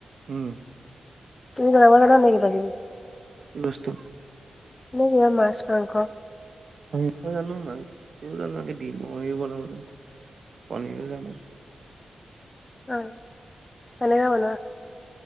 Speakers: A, on the right; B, on the left.
A: উম।
B: তুমি বনাব জানা নাই কিবা কিবি?
A: কি বস্তু?
B: এনে কিবা মাছ মাংস?
A: মাংস জানো, মাছও জানো, দিমও হেৰি বনাব জানো, পনীৰো জানো।
B: অঁ, কেনেকে বনোৱা?